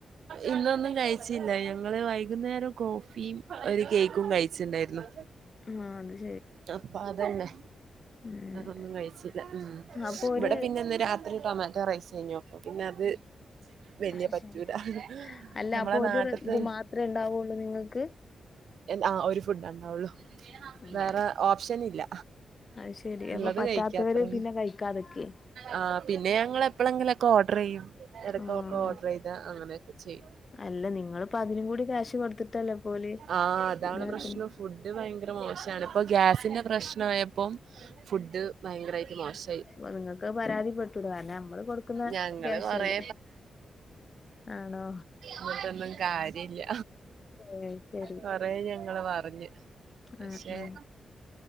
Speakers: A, on the right; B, on the left.
A: ഇന്നൊന്നും കഴിച്ചില്ല ഞങ്ങള് വൈകുന്നേരം കോഫിം ഒരു കേക്കും കഴിച്ചിണ്ടായിരുന്നു.
B: ആഹ് തെ
A: അപ്പ അതന്നെ
B: ഉം
A: അതൊന്നും കഴിച്ചില്ല ഉം
B: അപ്പൊ ഒരു
A: ഇവടെ പിന്നെ ന്ന് രാ ടൊമാറ്റോ റൈസനോ പ്പോ പിന്നെ അത്. വല്യേ
B: അത്
A: പറ്റൂല
B: ശരി. അല്ല
A: നമ്മളെ
B: അപ്പൊ
A: നാട്ട്ത്തെ
B: ഒരു ഇത് മാത്രേ ഇണ്ടാവൊള്ളൂ നിങ്ങക്ക്?
A: എന്ത്‌ ആഹ് ഒരു ഫുഡാണ്ടാവുള്ളു.
B: ആഹ്
A: വേറെ ഓപ്ഷന് ഇല്ല
B: അത് ശരി.
A: ള്ളത്
B: അപ്പൊ പറ്റാത്തവര്
A: കഴിക്ക്യാ അത്രെന്നെ.
B: പിന്നെ കഴിക്കാതെക്കെ?
A: ആ പിന്നെ ഞങ്ങൾ എപ്പളെങ്കിലൊക്കെ ഓഡ്രയ്യും എടക്കൊക്കെ
B: ആഹ്
A: ഓഡ്രെയ്താ അങ്ങനൊക്കെ ചെയ്യും.
B: അല്ല നിങ്ങളിപ്പ അതിനും കൂടി ക്യാഷ് കൊടുത്തിട്ടല്ലേ ഇപ്പോല്
A: ആഹ് അതാണ്
B: ഇതാക്കുന്നെ.
A: പ്രശ്നം ഫുഡ് ഭയങ്കര മോ ഇപ്പ ഗ്യാസിന്റെ പ്രശ്ന ആയപ്പോം ഫുഡ് ഭയങ്കരായിട്ട് മോശായി.
B: പ്പ നിങ്ങക്ക് അഹ് പരാതിപ്പെട്ടൂടെ? കാരണം മ്മള് കൊടുക്കുന്ന
A: ഞങ്ങള്
B: ക്യാഷല്ലേ.
A: കൊറേ
B: ആണോ?
A: ന്നട്ടൊന്നും കാര്യല്ല
B: ഏയ് ശരി.
A: കൊറെേ ഞങ്ങള് പറഞ്ഞ്
B: ആ
A: ഏഹ്
B: ആ.